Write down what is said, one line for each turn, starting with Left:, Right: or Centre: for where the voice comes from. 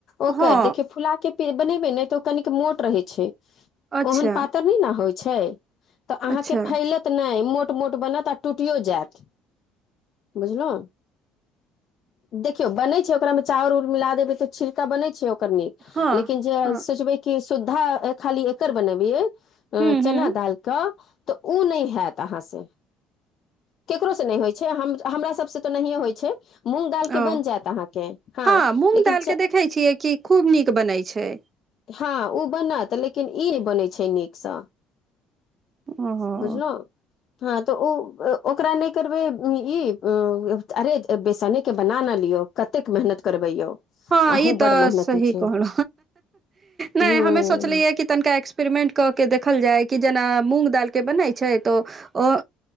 Left: ओकर
Right: हँ
Left: देखियौ फुला के बनेबे ने ते ओ कनिक मोट रहे छै
Right: अच्छा
Left: ओहन पातर नहि ने होय त अहाँके
Right: अच्छा
Left: फैलत नहि मोट-मोट बनत आ टुटियो जायत बुझलहु। देखियौ बने छै ओकरा में चाउर उऊर मिला देबै तऽ छिलका बनै छै ओकर नीक।
Right: हँ
Left: लेकिन जे
Right: हँ
Left: सोचबै कि सुद्धा खाली एकर बनेबिय अ
Right: हूँ
Left: चना
Right: हूँ
Left: दाल के तऽ उ नहि होत अहाँ से। केकरोसँ नहि होइ छै हम हमरा सभसँ तऽ नहिए होइ छै। मुंग दाल के
Right: ओ
Left: बनी जेत अहा से
Right: हँ मूँग
Left: लेकिन
Right: दालि के
Left: च
Right: देखै छियै कि खूब नीक बनै छै
Left: हँ ओ बनत लेकिन ई नहि बनैत छै नीकसँ।
Right: ओहो
Left: बुझल हँ तऽ ओ ओकरा नहि करबै ई अरे बेसनेके बना न लियौ। कतेक मेहनत करबै यौ।
Right: हँ
Left: अहूँ
Right: ई तऽ
Left: बड मेहनती
Right: सही
Left: छै
Right: कहल नहि
Left: हूँ
Right: हममे सोचलिय कि तनिका एक्सपेरिमेंट कऽ के देखल जाय कि जेना मूंग दाल के बनैत छै तऽ ओ